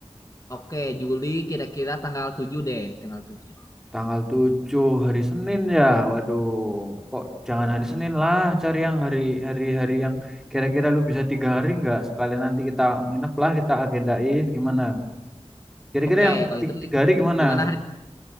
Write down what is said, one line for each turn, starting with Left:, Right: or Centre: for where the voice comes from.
Left: Oke, Juli kira-kira tanggal 7 deh, tanggal 7.
Centre: Tanggal 7 hari Senin ya. Waduh, kok jangan hari
Left: Mas-
Centre: Senin lah, cari yang hari hari hari yang kira-kira lu bisa tiga hari nggak? Sekalian nanti kita nginep lah, kita agendain gimana? Kira-kira
Left: Oke,
Centre: yang
Left: kalau
Centre: ti-
Left: itu
Centre: tiga hari gimana?
Left: gimana hari?